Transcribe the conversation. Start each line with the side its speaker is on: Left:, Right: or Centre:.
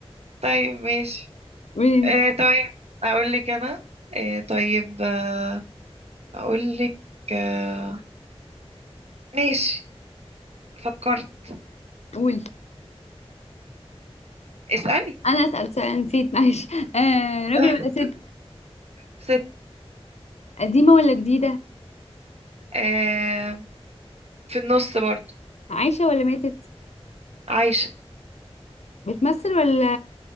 Right: طيب ماشي
Left: قولي
Right: آه طيب اقول لك انا آه طيب آه اقول لك آه ماشي فكرت
Left: قولي
Right: اسالي
Left: انا اسال سؤال نسيت معلش <laughs> آه راجل
Right: <laughs>
Left: ولا ست
Right: ست
Left: قديمه ولا جديده
Right: آه في النص برضه
Left: عايشه ولا ماتت
Right: عايشه
Left: بتمثل ولا